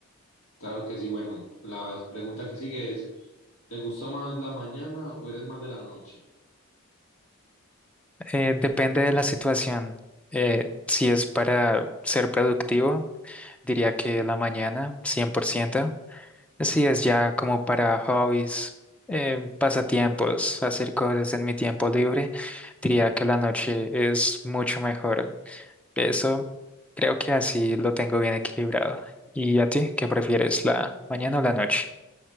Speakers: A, on the left; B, in the centre.
A: Claro que sí. Bueno, la pregunta que sigue es, ¿te gusta más la mañana o eres más de la noche?
B: Eh, depende de la situación. eh, si es para ser productivo, diría que la mañana, 100%. Así es, ya como para hobbies, eh, pasatiempos, hacer cosas en mi tiempo libre, diría que la noche es mucho mejor. Eso creo que así lo tengo bien equilibrado. ¿Y a ti qué prefieres, la mañana o la noche?